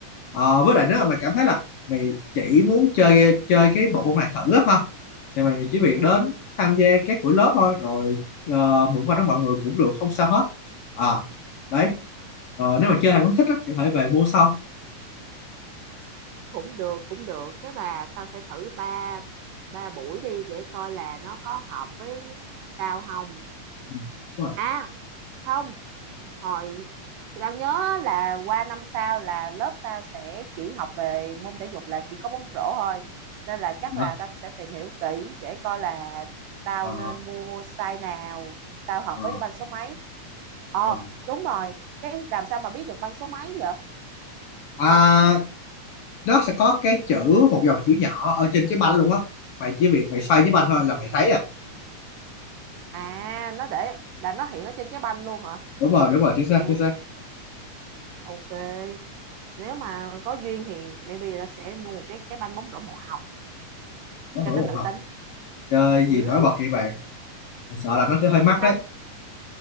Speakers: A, on the left; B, on the right.
A: Ờ, với lại nếu mà mày cảm thấy là mày chỉ muốn chơi chơi cái bộ môn này thử á ha thì mày chỉ việc
B: ừ
A: đến tham gia các buổi lớp thôi rồi ờ, mượn qua đó mọi người cũng được không sao hết à đấy Ờ, nếu mà chơi hàng quá thích á, thì có thể về mua sau
B: cũng được cũng được chắc là tao sẽ thử ba ba buổi đi để coi là nó có hợp với tao không
A: ừ, đúng rồi
B: à không hồi tao nhớ á, là qua năm sau là lớp tao sẽ chỉ học về môn thể dục là chỉ có bóng rổ thôi nên là chắc
A: Đó.
B: là tao sẽ tìm hiểu kỹ để coi là tao
A: Ờ,
B: nên mua size nào tao học
A: ờ,
B: với cái banh số mấy ờ
A: ờ.
B: đúng rồi cái làm sao mà biết được banh số mấy vậy
A: à nó sẽ có cái chữ một dòng chữ nhỏ ở trên cái banh luôn á mày chỉ việc mày xoay cái banh thôi là mày thấy à
B: à nó để là nó hiện ở trên trái banh luôn hả
A: đúng rồi đúng rồi chính xác
B: ừ
A: chính xác
B: ok nếu mà có duyên thì maybe tao sẽ mua một cái trái banh bóng rổ màu hồng
A: nó
B: cho
A: nổi
B: nên
A: một
B: nữ
A: hồng
B: tính
A: chơi
B: ừ
A: gì nổi bật vậy bạn sợ là nó sẽ hơi mắc
B: xăm
A: đấy